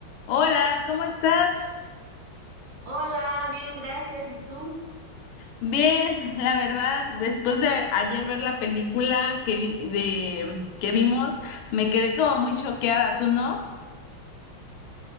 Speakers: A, on the left; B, on the right.
A: Hola, ¿cómo estás?
B: Hola, bien, gracias. ¿Y tú?
A: Bien, la verdad, después de ayer ver la película que vi- de que vimos, me quedé como muy choqueada, ¿tú no?